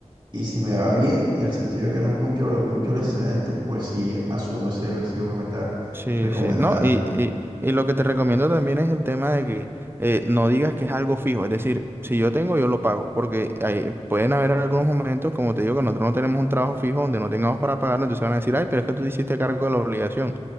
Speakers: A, on the right (about 45°); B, on the right (about 20°).
A: y si me va bien, en el sentido de que no es mucho, mucho el excedente, pues sí asumo ese recibo que me está
B: Sí,
A: recomendando.
B: sí. No, y, y, y lo que te recomiendo también es el tema de que eh, no digas que es algo fijo. Es decir, si yo tengo, yo lo pago. Porque hay- pueden haber algunos momentos, como te digo, que nosotros no tenemos un trabajo fijo donde no tengamos para pagarlo. Entonces van a decir, ay, pero es que tú te hiciste cargo de la obligación.